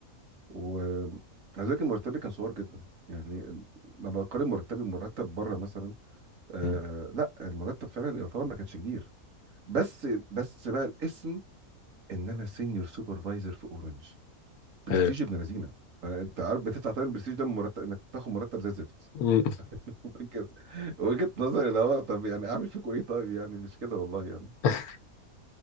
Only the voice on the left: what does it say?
مم.
ايوه
مم.
<laughs>